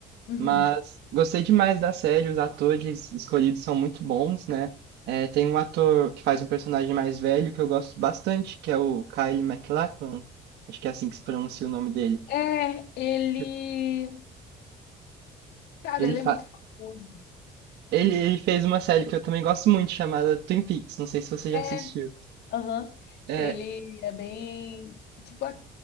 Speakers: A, on the left (about 75°); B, on the right (about 80°).
A: uhum.
B: Mas gostei demais da série, os atores escolhidos são muito bons, né? É, tem um ator que faz um personagem mais velho que eu gosto bastante, que é o Kyle MacLachlan, acho que é assim que se pronuncia o nome dele.
A: É, ele.
B: que
A: Cara,
B: Ele,
A: ele
B: fa...
A: é muito famoso.
B: ele, ele fez uma série que eu também gosto muito, chamada Twin Peaks, não sei se você
A: É,
B: já assistiu.
A: aham.
B: É,
A: Ele é bem. Tipo, a-